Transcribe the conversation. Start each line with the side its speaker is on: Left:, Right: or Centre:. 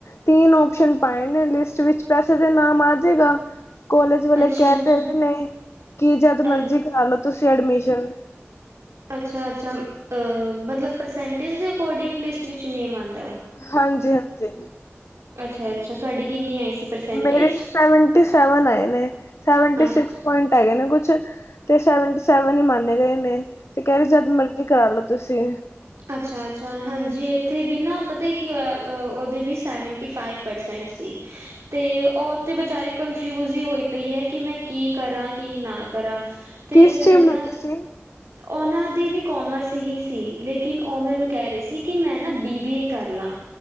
Left: ਤੀਨ ਓਪਸ਼ਨ ਪਾਏ ਨੇ ਲਿਸਟ ਵਿੱਚ ਵੈਸੇ ਤੇ ਨਾਮ ਆ ਜੇਗਾ। ਕੋਲਜ ਵਲੇ
Right: ਅੱਛਾ-ਅੱਛਾ
Left: ਕੈ ਤੇ ਰ‌ਏ ਨੇ, ਕੀ ਜਦ ਮਰਜੀ
Right: ਅ
Left: ਕਰਾਲੋ ਤੁਸੀਂ ਐਡਮਿਸ਼ਨ।
Right: ਅੱਛਾ ਅੱਛਾ ਅ ਮਤਲਬ ਪਰਸੈਂਟੇਜ ਦੇ ਅਕੋਡਿੰਗ ਲਿਸਟ ਵਿੱਚ ਨੇਮ ਆਂਦ-
Left: ਹਾਂਜੀ ਹਾਂਜੀ।
Right: ਅੱਛਾ-ਅੱਛਾ ਤੁਹਾਡੀ ਕਿੰਨੀ ਆਈ ਸੀ ਪਰਸੈਂਟੇਜ
Left: ਮੇਰੇ ਸੈਵਨਟੀ ਸੈਵਨ ਆਏ ਨੇ। ਸੈਵਨਟੀ
Right: ਅੱਛ
Left: ਸਿਕਸ- ਪੁਆਇੰਟ ਹੈਗੇ ਨੇ ਕੁਛ। ਤੇ ਸੈਵਨਟੀ ਸੈਵਨ ਹੀ ਮੰਨੇ ਗਏ ਨੇ ਤੇ ਕਹਿ ਰੇ ਜਦ ਮਰਜੀ- ਕਰਾਲੋ ਤੁਸੀਂ।
Right: ਅੱਛਾ ਅੱਛਾ ਹਾਂਜੀ ਏਥੇ ਵੀ ਨਾ ਪਤਾ ਕੀ ਹੋਇਆ ਓਦੇ ਵੀ ਸੈਵਨਟੀ ਫਾਈਵ- ਪਰਸੈਂਟ ਸੀ। ਤੇ ਓਹ ਤੇ ਵਚਾਰੀ ਕਨਫਿਊਜ ਈ ਹੋਈ ਪਈ ਐ ਕਿ ਮੈਂ ਕੀ ਕਰਾਂ ਕੀ ਨਾ ਕਰਾਂ। ਤੇ
Left: ਕੀ ਸਟ੍ਰੀਮ
Right: ਫਿਰ ਮੈਨੂੰ
Left: ਲਿੱਤੀ
Right: ਨਾ
Left: ਸੀ?
Right: ਓਨਾਂ ਦੀ ਵੀ ਕੋਮਰਸ ਹੀ ਸੀ। ਲੇਕਿਨ ਓਹ ਮੈਨੂੰ ਕੇ ਰੇ ਸੀ ਕਿ ਮੈਂ ਨਾ ਬੀ ਬੀ ਏ ਕਰ ਲਾਂ।